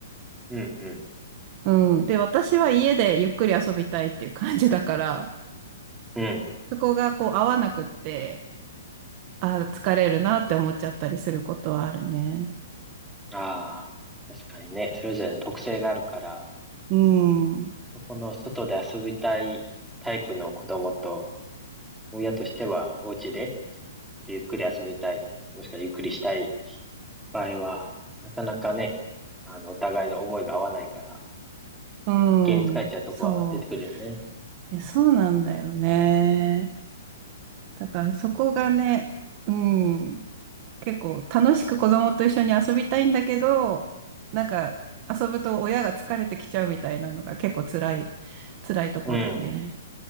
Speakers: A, in the centre; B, on the right.
A: うん、うん、
B: うん。で、私は家でゆっくり遊びたいっていう感じだから、
A: うん。
B: そこがこう合わなくって、あー疲れるなって思っちゃったりすることはあるね。
A: ああ、確かにね。それぞれの特性があるから、
B: うん。
A: そこの外で遊びたいタイプの子供と、親としてはお家で、ちょっとゆっくり遊びたい、もしくはゆっくりしたい場合は、なかなかね、あの、お互いの思いが合わないから、
B: う
A: 余計に疲れちゃうとこは出てくるよね。
B: ん。そう。いや、そうなんだよね。だからそこがね、うん、結構楽しく子供と一緒に遊びたいんだけど、なんか遊ぶと親が疲れてきちゃうみたいなのが結構辛い、辛いとこだね。
A: うん、